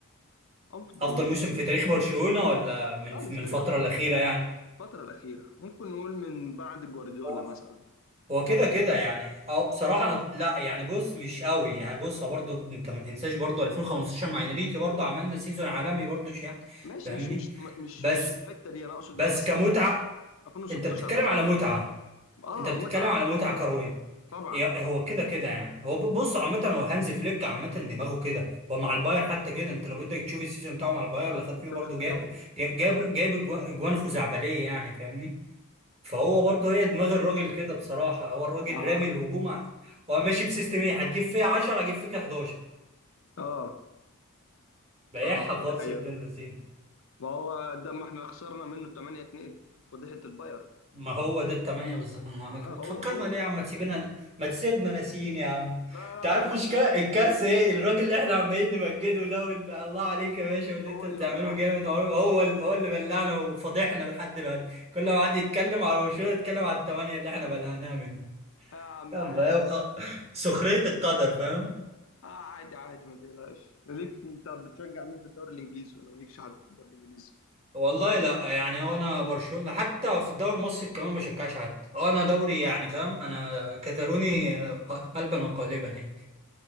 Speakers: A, on the left; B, on the right.
A: أفضل
B: افضل
A: موسم
B: موسم في تاريخ برشلونه ولا من
A: لا مش
B: من الفتره
A: تاريخ
B: الاخيره يعني
A: الفترة الأخيرة ممكن نقول من بعد جوارديولا
B: هو
A: مثلا
B: هو كده كده يعني اه بصراحه أنا... لا يعني بص مش قوي يعني بص هو برضو انت ما تنساش برضو 2015 مع انريكي برضو عملنا سيزون عالمي برضو يعني
A: ماشي
B: فاهمني
A: مش مش مش
B: بس
A: مش الحتة دي أنا أقصد
B: بس
A: مع مثلا
B: كمتعه
A: 2016
B: انت بتتكلم
A: مثلا
B: على متعه
A: اه
B: انت بتتكلم
A: متعة
B: على متعه كرويه
A: طبعا
B: هي-
A: طبعا
B: هو كده كده يعني هو ب- بص عامه هو هانزي فليك عامه دماغه كده هو مع الباير حتى كده انت لو بدك تشوف السيزون بتاعه مع الباير اللي
A: شفته
B: خد فيه برضه
A: شفته
B: جاب
A: شفته
B: جاب
A: كنت
B: جاب
A: أنت
B: جاب اجوا- اجوان خزعبليه يعني فاهمني فهو برضه هي دماغ الراجل كده بصراحه هو الراجل
A: مع
B: رامي الهجوم ع- هو ماشي بسيستم ايه هتجيب فيها 10 هجيب فيك 11
A: اه
B: بايعها
A: اه
B: خالص
A: دي حقيقة
B: ابن اللذين
A: ما هو ده ما احنا خسرنا منه 8 2 فضيحة الباير
B: ما هو ده التمانية بالظبط ما تفكرنا
A: هو هو
B: ليه يا عم ما تسيبنا ما تسيبنا ناسيين يا عم
A: لا
B: انت
A: لا
B: عارف
A: لا ما
B: مش كا... الكارثة ايه الراجل اللي احنا عمالين نمجده ده واللي الله عليك يا باشا واللي
A: هو
B: انت بتعمله
A: اللي بلعنا
B: جامد هو هو ال- هو اللي بلعنا وفضحنا لحد دلوقتي كل ما حد يتكلم على برشلونة يتكلم على التمانية اللي احنا بلعناها منه
A: يا عم
B: يلا
A: عادي
B: يا آه. سخرية القدر فاهم
A: آه عادي عادي ما تقلقش ليك انت بتشجع مين في الدوري الانجليزي ولا مالكش حد في الدوري الانجليزي
B: والله لا يعني هو انا برشلونة حتى في الدوري المصري كمان ما بشجعش حد هو انا دوري يعني فاهم انا كتالوني قلبا وقالبا يعني